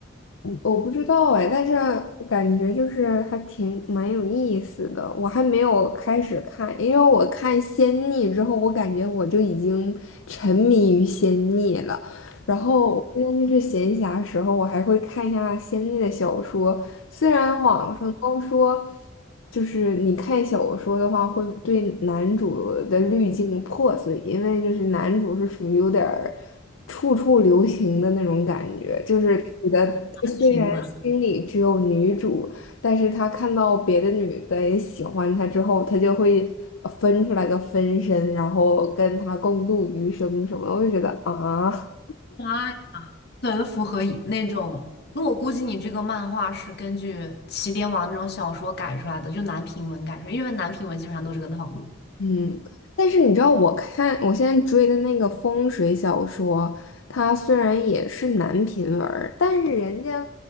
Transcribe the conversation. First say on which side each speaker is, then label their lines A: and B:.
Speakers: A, on the left; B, on the left.
A: 我不知道哎，但是感觉就是还挺蛮有意思的。我还没有开始看，因为我看《仙逆》之后，我感觉我就已经沉迷于《仙逆》了。然后我现在就是闲暇时候，我还会看一下仙逆的小说。虽然网上都说，就是你看小说的话，会对男主的滤镜破碎，因为就是男主是属于有点儿处处留情的那种感觉，就是他觉得他虽然心里只有女主，
B: 平文，
A: 但是他看到别的女的也喜欢他之后，他就会呃分出来个分身，然后跟他共度余生什么的我就觉得啊。
B: 啊，很符合以那种，那我估计你这个漫画是根据起点网那种小说改出来的，就男频文改出来，因为男频文基本上都是这个套路。
A: 嗯，但是你知道，我看我现在追的那个风水小说，它虽然也是男频文儿，但是人家